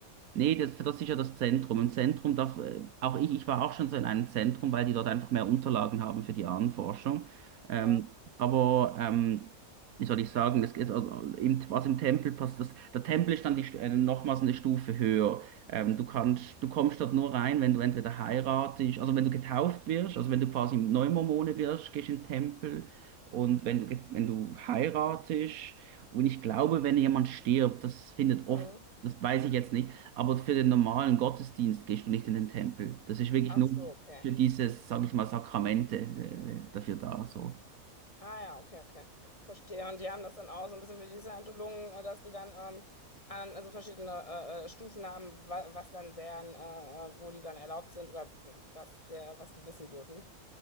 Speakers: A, on the right; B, on the left.
A: Nee, das, das ist ja das Zentrum. Im Zentrum darf, äh, auch ich, ich war auch schon so in einem Zentrum, weil die dort einfach mehr Unterlagen haben für die Ahnenforschung. Ähm,
B: Ja.
A: aber, ähm, wie soll ich sagen, das, geht- also, im, was im Tempel passt, das, der Tempel ist dann die, Stu- äh, nochmals eine Stufe höher. Ähm, du kannst, du kommst dort nur rein, wenn du entweder heiratest, also wenn du getauft wirst, also wenn du quasi Neumormone wirst, gehst in den Tempel. Und wenn du, get- wenn du heiratest, und ich glaube, wenn jemand stirbt, das findet oft,
B: Mhm.
A: das weiß ich jetzt nicht, aber für den normalen Gottesdienst gehst du nicht in den Tempel. Das ist wirklich
B: Ach
A: nur
B: so, okay.
A: für dieses, sage ich mal, Sakramente äh, dafür da. So.
B: Ah ja, okay, okay. Verstehe. Und die haben das dann auch so ein bisschen wie die Scientologen, äh, dass die dann ähm, an, also verschiedene äh, äh, Stufen haben, wa was dann deren, äh, äh, wo die dann erlaubt sind oder w- was der, was die wissen dürfen.